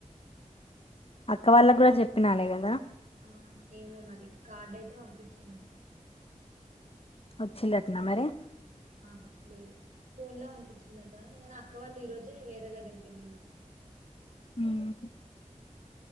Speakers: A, on the left (about 45°); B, on the right (about 70°).
A: అక్క వాళ్ళ గూడా చెప్పినాలే గదా
B: ఆ ఏమో మరి కార్డ్ అయితే వంపిచ్చిందట
A: ఒచ్చిందట్నా మరి
B: అహ లేదు ఫోన్ లో వంపిచ్చిందటా గాన్ అక్క వాళ్ళు ఈ రోజే వేరే దగ్గరికి ఎళ్ళిళ్ళు
A: ఊహు